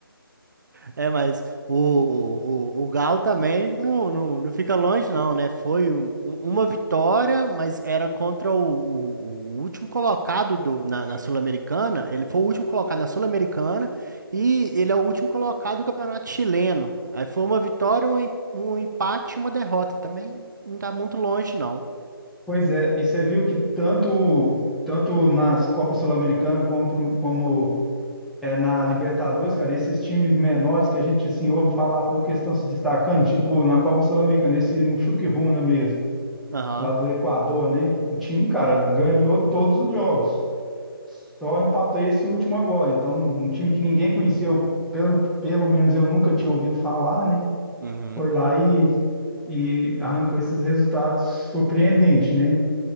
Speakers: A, on the right; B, in the centre.
A: é, mas o, o, o o Galo também não, não, não fica longe, não, né? Foi um- um- uma vitória, mas era contra o, o- o último colocado do, na, na Sul-Americana. Ele foi o último colocado na Sul-Americana e ele é o último colocado do Campeonato Chileno. Aí foi uma vitória, um, em- um empate e uma derrota. Também não tá muito longe, não.
B: Pois é, e você viu que tanto, tanto nas Copas Sul-Americana como, como é, na Libertadores, cara, esses times menores que a gente assim, ouve falar pouco, eles estão se destacando, tipo na Copa Sul-Americana, esse Muxuquiruna mesmo.
A: Aham,
B: lá do Equador, né? O time, cara, ganhou todos os jogos. Só empatou esse último agora. Então, um time que ninguém conheceu, pelo, pelo menos eu nunca tinha ouvido falar, né?
A: uhum,
B: Foi lá e, e arrancou esses resultados surpreendentes, né?